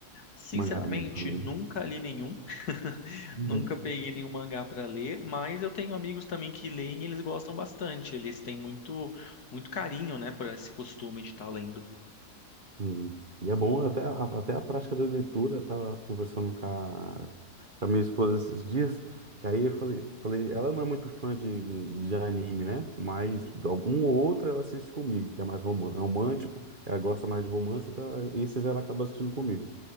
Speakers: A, on the left; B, on the right.
A: Sinceramente,
B: Mangá do meu também.
A: nunca li nenhum. <laughs>
B: Uhum.
A: Nunca peguei nenhum mangá para ler, mas eu tenho amigos também que leem e eles gostam bastante. Eles têm muito muito carinho, né, por esse costume de estar lendo.
B: Sim. E é bom até a, até a prática da leitura. Eu tava conversando com a, com a minha esposa esses dias, que aí eu falei, falei, ela não é muito fã de, de, de anime, né? Mas
A: Hum,
B: um ou outro ela assiste comigo, que é mais roman- é romântico, ela gosta mais de romance, então esses ela acaba assistindo comigo.